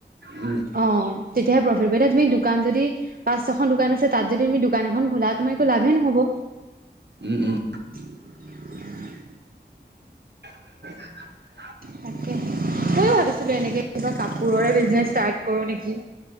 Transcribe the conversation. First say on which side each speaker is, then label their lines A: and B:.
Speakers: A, on the right (about 75°); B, on the right (about 55°).
A: উম
B: অ' তেতিয়াহে প্ৰফিট হ'ব, এতিয়া তুমি দোকান যদি পাঁচ ছখন দোকান আছে তাত যদি তুমি দোকান এখন খোলা তোমাৰ একো লাভেই নহ'ব।
A: উম, উম।
B: <inaudible>
A: <inaudible>
B: তাকে ময়ো ভাবিছিলো এনেকে কিবা কাপোৰৰে বিজনেছ ষ্টাৰ্ট কৰো নেকি।